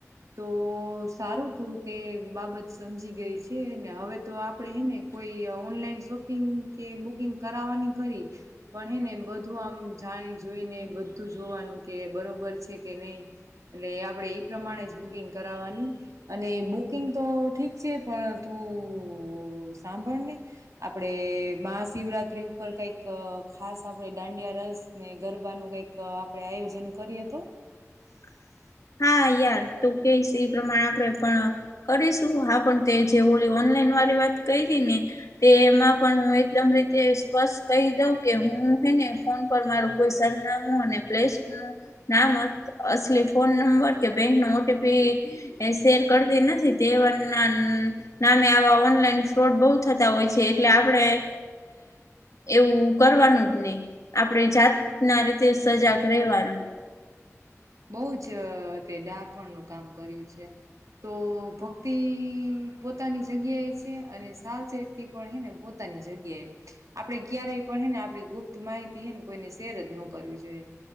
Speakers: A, on the right; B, on the left.
A: તો સારું તું તે બાબત સમજી ગઈ છે, ને હવે તો આપડે હેને કોઈ ઓનલાઈન શોપિંગ કે બુકિંગ કરાવવાની ખરી પણ હેને બધું આમ જાણી જોઈને બધું જોવાનું કે બરોબર છે, કે નય એટલે આપણે એ પ્રમાણે જ બુકિંગ કરવાની અને બુકિંગતો ઠીક છે. પણ તું સાંભળને આપડે મહાશિવરાત્રી ઉ પર કઈક ખાસ આપણે દાંડિયા રસ ને ગરબાનું કઈક આપણે આયોજન કરી તો?
B: <inaudible> હા યાર તું કેશ એ પ્રમાણે આપણે પણ કરીશું હા પણ તે જે ઓલી ઓ નલાઈન વારી વાત કરીને તેમાં પણ હું એકદમ રીતે સ્પષ્ટ કહી દઉ કે હું ફોન પર મારું કોઈ સરનામું અને પલેશનુ નામ અસલીફ ફોન નંબર કે બેંકનો ઓ ટી પી શેર કરતી નથી તે <unintelligible> નામે આવા ઓનલાઈન ફ્રોડ બોવ થતા હોય છે, એટલે એમ આપણે એવું કરવાનું જ નહી આપણે જાત ના રીતે સજાગ રહેવાનું
A: બોવ જ તે ડાપણનું કામ કર્યું છે. તો ભક્તિ પોતાની જગ્યાએ છે, અને સાવચેતી પણ હેને પોતાની જગ્યાએ આપણે ક્યારેય પણ હેને આપણી ગુપ્ત માહિતી હેને કોઈને શેર જ ન કરવી જોઈએ